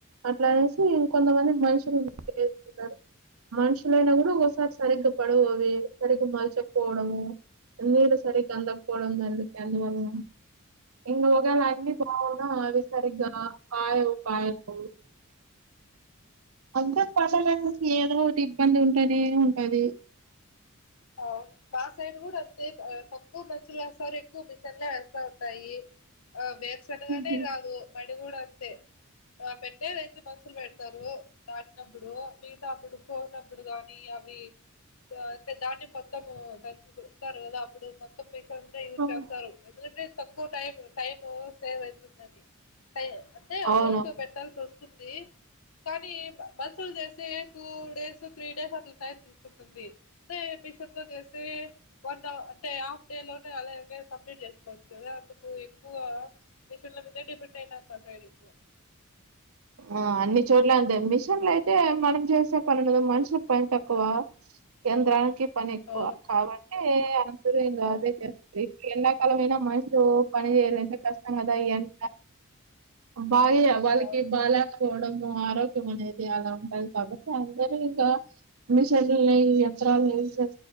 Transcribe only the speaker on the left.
అవును మ సైడ్డ్ కూడా అంతే ఆ పత్ క్కువ మీస్ లేస్తారు ఎక్కువ మిశింలే వేస్తా టయి ఆ వే సక్కగానే
రాదు బం డి కూడా అంతే ఆ పెట్టేదైతే మనుషులు పెడుతారు బట్ న్నప్పుడు మిగతా అప్పుడు కోతప్పుడు గానీ అవి గా తే దాన్ని మొత్తం దానికి చుడుతారు కదా అప్పుడు మొత్తం తండా యూజ్
చేస్తారు ఎందుకంటే తక్కువ టైం టైము సేవ వతుందని అదే
అమౌంట్ పెట్టాల్సి వస్తు సంది కానీ బసలు చేస్తే two days so three days అట్లా టైం తీస్తుంటుంది అ మిషన్ తో చేసి వన్ అవర్ అంటే హాఫ్ డే లోనే అలా కంప్లీట్ చేసుకోవచ్చు కదా అందుకు ఎక్కువ మిషన్ల మీద డిపెండ్ అయిన మా సైడ్ ఎక్కువ
ఆ
అ
అవును